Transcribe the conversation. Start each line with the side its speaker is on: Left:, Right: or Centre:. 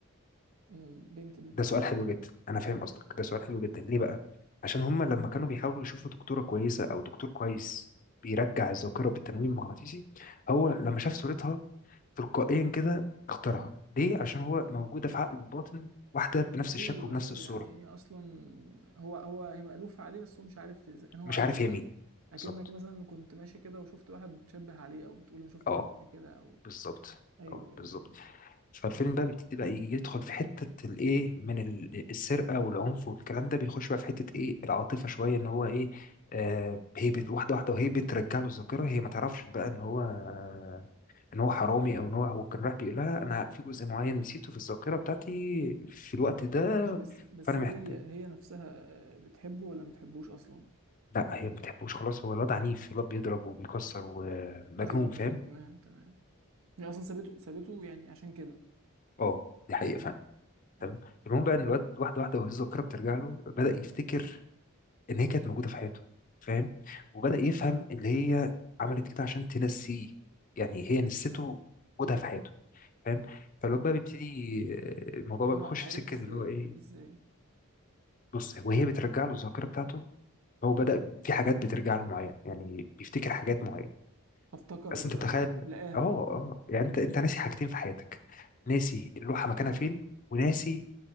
Right: البنت دي
Left: ده سؤال حلو جدا انا فاهم قصدك ده سؤال حلو جدا ليه بقى عشان هما لما كانوا بيحاولوا يشوفوا دكتوره كويسه او دكتور كويس بيرجع الذاكره بالتنويم المغناطيسي هو لما شاف صورتها تلقائيا كده اختارها ليه عشان هو موجوده في عقل الباطن واحده بنفس
Right: ايوه
Left: الشكل وبنفس
Right: ايوه
Left: الصوره
Right: يعني هي اصلا هو هو هي مألوفة عليه بس هو مش عارف اذا كان هو
Left: مش
Right: عارف
Left: عارف هي مين
Right: اكنك
Left: بالظبط
Right: مثلا كنت ماشي كده وشفت واحد بتشبه عليه او بتقول انا شفته
Left: اه
Right: فين قبل كده او
Left: بالظبط
Right: ايوه
Left: اه
Right: ايوه
Left: بالظبط
Right: تمام
Left: فالفيلم بقى بيبتدي بقى يدخل في حتة الايه من ال- السرقة والعنف والكلام ده بيخش بقى في حتة ايه العاطفة شوية ان هو ايه آه هي بت- واحدة واحدة وهي بترجع له الذاكرة هي ما تعرفش بقى ان هو آه ان هو حرامي او ان هو هو كان رايح بيقول لها انا في جزء معين نسيته في الذاكرة بتاعتي في الوقت ده
Right: ماشي بس بس
Left: فانا محتاج
Right: هي هي نفسها آه، بتحبه ولا ما بتحبوش اصلا
Left: لا هي ما بتحبوش خلاص هو الواد عنيف الواد بيضرب وبيكسر ومجنون
Right: ايوه
Left: فاهم
Right: ايوه تمام تمام هي اصلا سابته سابته يعني عشان كده
Left: اه دي حقيقة
Right: حلو
Left: فعلا تمام
Right: حلو
Left: المهم بقى ان الواد واحدة واحدة وهي الذاكرة بترجع له بدأ يفتكر ان هي كانت موجوده في حياته فاهم وبدا يفهم اللي هي عملت كده عشان تنسيه يعني هي نسيته وجودها في حياته فاهم فالواد بقى بيبتدي الموضوع
Right: يعني
Left: بقى
Right: هو
Left: بيخش
Right: عارف
Left: في سكه
Right: ازاي
Left: اللي هو ايه
Right: عارف ازاي
Left: بص وهي بترجع له الذاكره بتاعته هو بدا في حاجات بترجع له معين يعني بيفتكر حاجات معينه
Right: فافتكر
Left: بس انت تخيل
Right: آه، لقاها
Left: اه اه يعني انت انت ناسي حاجتين في حياتك ناسي اللوحه مكانها فين وناسي